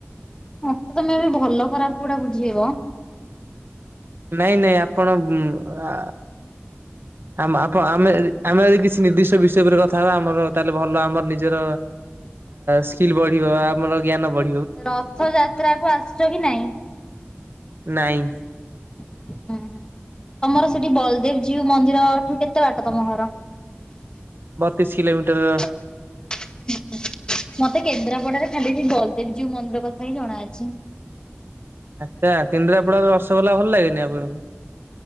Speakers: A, on the left; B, on the right.
A: ମତେ ତମେ ଏବେ ଭଲ ଖରାପ କୋଉଟା ବୁଝେଇବ?
B: ନାଇଁ ନାଇଁ ଆପଣ ଆ ଆ ମାପ ଆମେ ଆମେ ଯଦି କିଛି ନିର୍ଦ୍ଧିଷ୍ଟ ବିଷୟ ଉପରେ କଥା ହବା ଆମର ତାହେଲେ ଭଲ ଆମର ନିଜର ସ୍କିଲ୍ ବଢ଼ିବ, ଆମର ଜ୍ଞାନ ବଢ଼ିବ।
A: ରଥ ଯାତ୍ରା କୁ ଆସୁଛ କି ନାଇଁ?
B: ନାଇଁ।
A: ହୁଁ ହୁଁ। ତମର ସେଠି ବଲଦେବ ଜୀଉ ମନ୍ଦିର ଠୁ କେତେ ବାଟ ତମ ଘର?
B: ବତିଶି କିଲୋମିଟର।
A: ହୁଁ ହଁ ମତେ କେନ୍ଦ୍ରାପଡାରେ ଖାଲି ସେ ଦଳଦେବୀ ଜିଉ ମନ୍ଦିର କଥା ହିଁ ଜଣାଅଛି।
B: ଆଛା କେଦ୍ରାପଡାର ରସଗୋଲା ଭଲ ଲାଗେନି ଆପଣଙ୍କୁ?